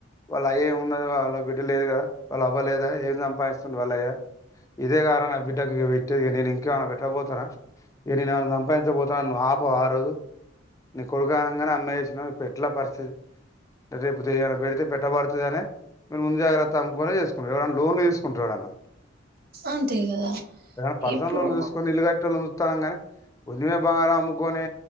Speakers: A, on the left (about 15°); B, on the right (about 45°).
A: వాళ్ళయ ఏమి ఉన్నది వాళ్ళ బిడ్డ లేదు కదా వాళ్ళ అవ్వలేదా ఏం సంపాదిస్తుండుర వాళ్ళయ్యా ఇదే కారా నా బిడ్డకు పెట్టేది నేను ఇంకేమనా పెట్టకబోతనా ఇ నేనుమ సంపాదించబోతున్నా నువ్ ఆపవ ఆరోజు నీ కొడుకనంగానే అమ్మాయి చేసినవ్ ఇప్పుడు ఎట్ల పరిస్థితి రేపు దైనా పెడితే పెట్టబడుతదని మీరు ముందు జాగ్రత్త అమ్ముకొనే చేసుకుంటారు ఎవడన్నా లోన్లు తీసుకుంటారు ఎవడన్నా
B: అంతే కదా
A: ఏదన్నా పర్స
B: ఇప్పుడు
A: లోన్ తీస్కొని ఇల్లు కట్టే వాళ్ళ సూత్తాన్నం గానీ కొంచమే బంగారం అమ్ముకొని